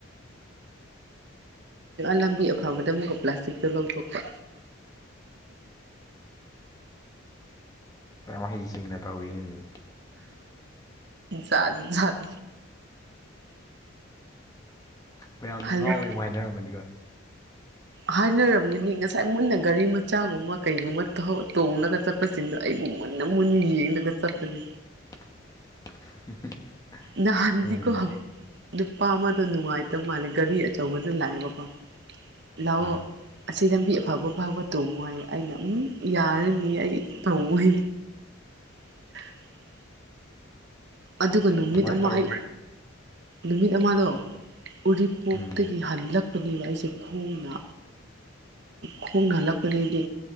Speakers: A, on the right; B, on the left.
A: ꯂꯝꯕꯤ ꯑꯐꯕꯗ ꯑꯃꯨꯛꯀ ꯄ꯭ꯂꯥꯁꯇꯤꯛꯇꯣ ꯂꯧꯊꯣꯛꯄ
B: ꯃꯍꯩꯁꯤꯡꯅ ꯇꯧꯔꯤꯅꯦꯗꯤ
A: ꯖꯠꯠ
B: ꯃꯌꯥꯝꯅ
A: ꯍꯜꯂꯛ
B: ꯉꯥꯎꯋꯦ ꯍꯥꯏꯅꯔꯝꯃꯅꯤꯒ
A: ꯍꯥꯏꯅꯔꯝꯒꯅꯤ ꯉꯁꯥꯏ ꯃꯨꯟꯅ ꯒꯥꯔꯤ ꯃꯆꯥꯒꯨꯝꯕ ꯀꯩꯒꯨꯝꯕ ꯇꯣꯡꯂꯒ ꯆꯠꯄ ꯆꯠꯄ ꯁꯤꯡꯗꯣ ꯑꯩꯕꯨ ꯃꯨꯟꯅ ꯃꯨꯟꯅ ꯌꯦꯡꯂꯒ ꯆꯠꯄꯅꯤ
B: <unintelligible>
A: ꯅꯍꯥꯟꯗꯤ
B: ꯎꯝ
A: ꯀꯣꯣ ꯅꯨꯄꯥ ꯑꯃꯗ ꯅꯨꯡꯉꯥꯏꯇꯕ ꯃꯥꯜꯂꯦ ꯒꯥꯔꯤ ꯑꯆꯧꯕꯗ ꯂꯥꯛꯑꯦꯕꯀꯣ ꯂꯑꯣꯣ
B: ꯑꯥ
A: ꯑꯁꯤ ꯂꯝꯕꯤ ꯑꯐꯕ ꯑ ꯐꯥꯎꯕ ꯇꯣꯡꯉꯏ ꯑꯩꯅ ꯎꯝ ꯌꯥꯔꯅꯤ ꯑꯩ ꯇꯧꯉꯨꯏ <unintelligible> ꯑꯗꯨꯒ ꯅꯨꯃꯤꯠ
B: ꯑꯗꯨꯃꯥꯏꯅ
A: ꯑꯃ
B: ꯇꯧꯔ
A: ꯑꯩ ꯅꯨꯃꯤꯠ ꯑꯃꯗꯣ ꯎꯔꯤꯄꯣꯛꯇꯒꯤ
B: ꯎꯝ
A: ꯍꯜꯂꯛꯄꯅꯦꯕ ꯑꯩꯁꯦ ꯈꯣꯡꯅ ꯈꯣꯡꯅ ꯍꯜꯂꯛꯄꯗꯒꯤꯗꯤ